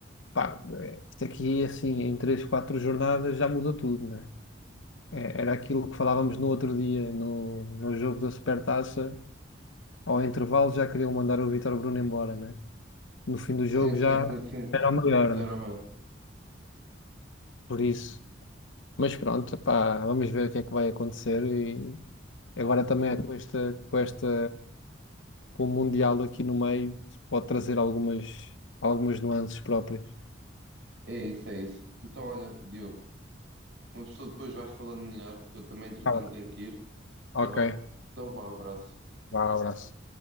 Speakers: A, on the left; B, on the right.
A: pá, é, isto aqui, assim, em três, quatro jornadas já muda tudo, né? É, era aquilo que falávamos no outro dia, no, no jogo da Supertaça, ao intervalo já queriam mandar o Vítor Bruno embora, né? No fim do
B: sim,
A: jogo
B: sim,
A: já
B: sim, sim.
A: era o maior,
B: Geralmente,
A: né? Por isso. Mas pronto, epá, vamos ver o que é que vai acontecer e agora também é com esta, com esta. com o Mundial aqui no meio, pode trazer algumas, algumas nuances próprias.
B: é isso, é isso. Então, olha, Diogo, uma pessoa depois vais falando melhor, eu também, entretanto,
A: Tá bom.
B: tenho que ir, está
A: Ok,
B: bem? Então, vá, abraço.
A: vá, abraço.